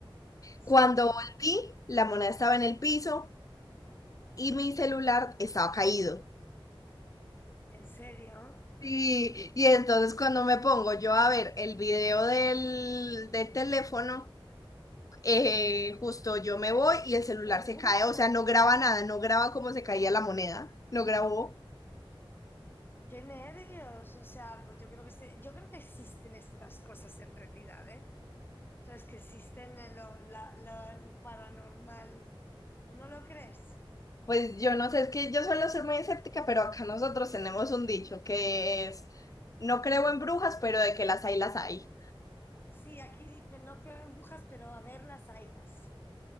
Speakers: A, on the left (about 25°); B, on the left (about 40°).
A: sí,
B: Cuando
A: sí.
B: volví, la moneda estaba en el piso y mi celular estaba caído.
A: ¿En serio?
B: Sí, y entonces cuando me pongo yo a ver el video del, del teléfono, eh, justo yo me voy y el celular
A: Qué nervios.
B: se cae, o sea, no graba nada, no graba cómo se caía la moneda, no grabó.
A: Qué nervios. O sea, pues yo creo que se- yo creo que existen estas cosas en realidad, ¿eh? Sabes que existen eh, lo- la- la- el paranormal. ¿Tú no lo crees?
B: Pues yo no sé, es que yo suelo ser muy escéptica, pero acá nosotros tenemos un dicho que es, no creo en brujas, pero de que las hay, las hay.
A: Sí, aquí dicen no creo en brujas, pero a ver las haylas.